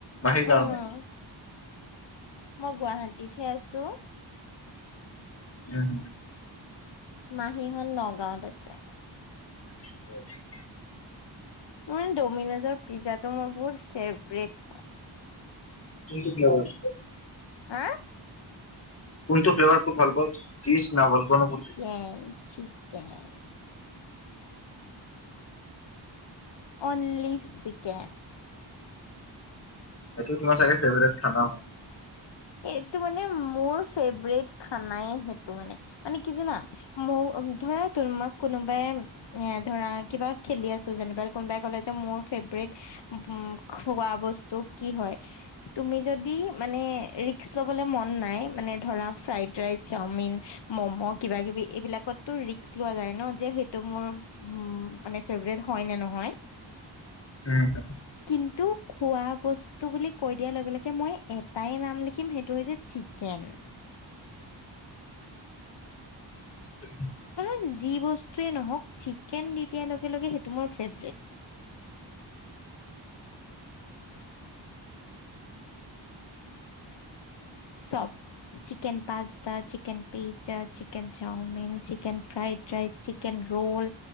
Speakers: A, on the left (about 30°); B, on the left (about 65°).
A: মাহীৰ
B: উম
A: কাৰনে।
B: মই গুৱাহাটীতহে আছো।
A: উম।
B: মাহীহত নগাঁৱত আছে।
A: হয়।
B: মোৰ মানে ডমিনোজৰ পিজ্জাটো মোৰ বহুত ফেভৰেট হয়।
A: কোনটো ফেল্লেভাৰ?
B: হা
A: কোনটো ফ্লেভাৰ <unintelligible> ভাল পাও <unintelligible>
B: উম। চিকেন। Only chicken.
A: এইটো তোমাৰ চাগে ফেভাৰেট খানা হয়?
B: এইটো মানে মোৰ ফেভৰেট খানাই সেইটো মানে, মানে কি জানা? মোৰ ধৰা তোমাক কোনোবাই এ ধৰা কিবা খেলি আছো যেনিবা, কোনোবাই ক'লে যে মোৰ ফেভৰেট উম, খোৱা বস্তু কি হয় তুমি যদি মানে ৰিক্ক ল'বলে মন নাই মানে ধৰা ফ্ৰাইড ৰাইচ, চাওমিন, মো'মো' কিবা কিবি এইবিলাকত তো ৰিস্ক লোৱা যাই ন' সেইটো মোৰ মানে ফেভৰেট হয়নে নহয়। <inaudible>
A: উম।
B: কিন্তু খোৱা বস্তু বুলি কৈ দিয়া লগে লগে মই এটাই নাম লি খিম সেইটো হৈছে চিকেন।
A: <inaudible>
B: কাৰণ যি বস্তুয়ে নহক চিকেন দি দিয়াৰ লগে লগে সেইটো মোৰ ফেভৰেট। চব। Chicken pasta, chicken pizza, chicken chow mein, chicken fried rice. Chicken roll,